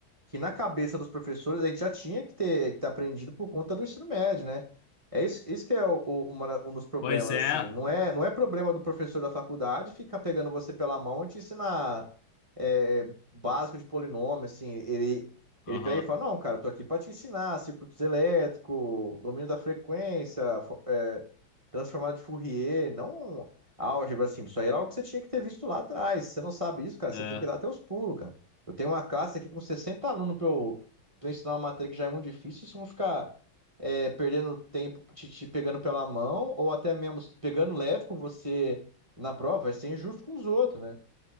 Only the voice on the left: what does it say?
Pois é,
aham,
é,